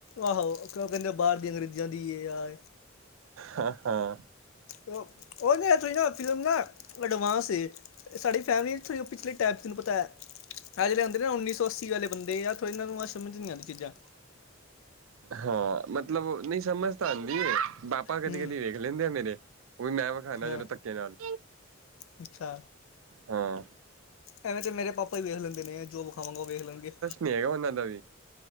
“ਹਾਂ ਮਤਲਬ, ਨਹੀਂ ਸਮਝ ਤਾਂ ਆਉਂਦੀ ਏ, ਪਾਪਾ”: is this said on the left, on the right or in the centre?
Right